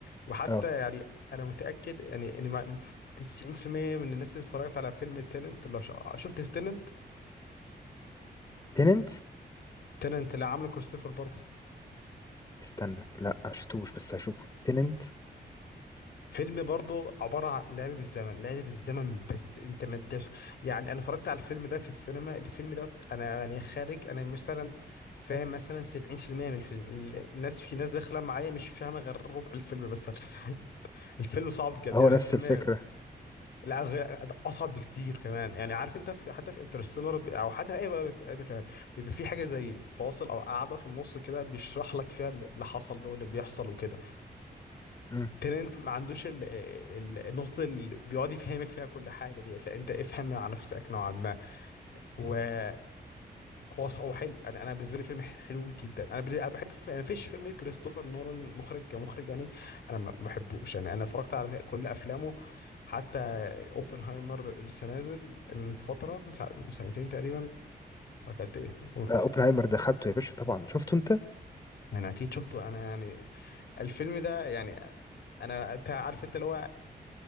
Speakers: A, on the left; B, on the left.
A: وحتى
B: اه
A: يعني انا متاكد يعني ان ما- 90% من الناس اللي اتفرجت على فيلم تيننت لو ش- شفت تيننت
B: تننت
A: تيننت اللي عامله كريستوفر برضه
B: استنى لا ما شفتوش بس هشوفه تننت
A: فيلم برضه عبارة عن لعب بالزمن لعب بالزمن بس انت ما انتش يعني انا اتفرجت على الفيلم ده في السينما الفيلم ده انا يعني خارج انا مثلا فاهم مثلا 70% من الفيلم ال- الناس في ناس داخلة معايا مش فاهمة غير ربع الفيلم مثلا <laughs> الفيلم صعب جد
B: هو
A: يعني
B: نفس
A: الفيلم
B: الفكره
A: لا غير- اصعب بكتير كمان يعني عارف انت في حتى في انترستيلر او حتى اي بقى بيبقى ده فيلم، بيبقى في حاجة زي فاصل او قاعدة في النص كده بيشرح لك فيها اللي حصل ده واللي بيحصل وكده
B: امم
A: ترنت ما عندوش ال- ال- النقطة اللي بيقعد يفهمك فيها كل حاجة دي لا انت افهم على نفسك نوعا ما وهو ص- هو حلو انا انا بالنسبة لي فيلم حلو جدا انا بال- انا بحب انا مفيش فيلم كريستوفر نولان مخرج كمخرج يعني انا ما ما بحبوش يعني انا اتفرجت على كل افلامه حتى اوبنهايمر اللي لسه نازل من فترة من سع- من سنتين تقريبا ولا كانت ايه ما فاكر
B: آه اوبنهايمر دخلته يا باشا طبعا شفته انت
A: انا اكيد شفته انا يعني الفيلم ده يعني انا انت عارف انت اللي هو